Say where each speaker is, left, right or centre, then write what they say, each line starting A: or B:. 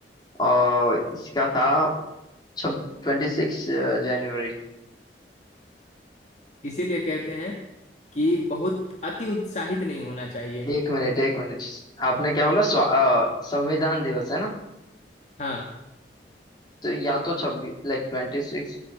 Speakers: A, on the left (about 25°); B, on the left (about 40°).
A: और इसका था छब ट्वेंटी सिक्स जनवरी
B: इसीलिए कहते हैं कि बहुत अति उत्साहित नहीं होना चाहिए
A: एक मिनट एक मिनट आपने क्या बोला स्वा- अ, संविधान दिवस है ना
B: हाँ
A: तो या तो छब्बीस लाइक ट्वेंटी सिक्स